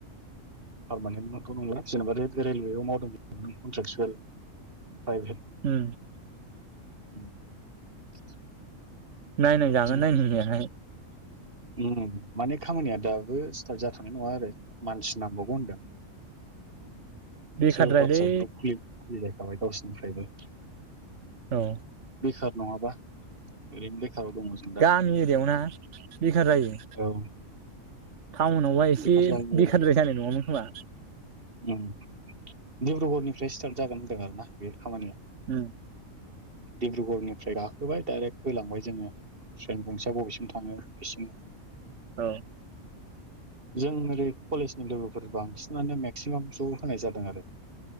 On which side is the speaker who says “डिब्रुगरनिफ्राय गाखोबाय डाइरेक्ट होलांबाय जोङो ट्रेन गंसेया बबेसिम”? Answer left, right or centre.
Right